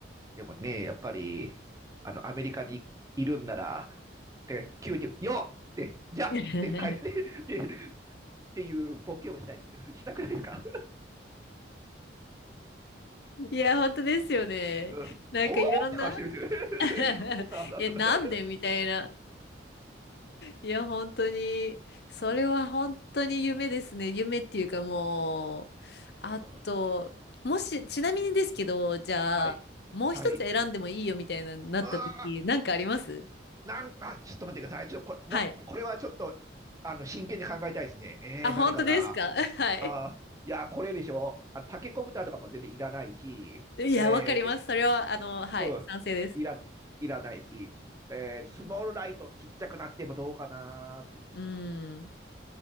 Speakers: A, on the right; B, on the left.
A: でもね、やっぱり、あの、アメリカにいるんなら、で急に、よっでじゃっで、
B: <laughs>
A: 帰って、
B: い
A: <laughs> で、でっていうボケをしたいですよ。したくないですか
B: や、本当ですよね。
A: うん。
B: なんかいろんな
A: ほーって顔してるんですよ。
B: <laughs>
A: <laughs> お母さんとか。
B: いや、なんでみたいな。
A: <laughs>
B: いや、本当に、それは本当に夢ですね。
A: うん。
B: 夢っていうかもう、
A: うん。
B: あと、
A: うん
B: もし、ちなみにですけど、じゃあ、
A: はい。
B: もう一つ選んでもいいよみたいな、
A: はい。
B: なった時、
A: あ
B: なんかあります
A: なん、あ、ちょっと待ってください。ちょっとこれ、もう、
B: はい。
A: これはちょっと、あの、真剣に考えたいですね。えー、
B: あ、
A: 何かな。
B: 本当ですか <laughs> はい。
A: あー、いや、これでしょ。あの、タケコプターとかも全然いらないし、
B: いや、
A: え
B: わかります。それは、あの、はい、
A: ー、うん、
B: 賛成です。
A: いら、いらないし、えー、スモールライトちっちゃくなってもどうかなーって、うん、
B: うん。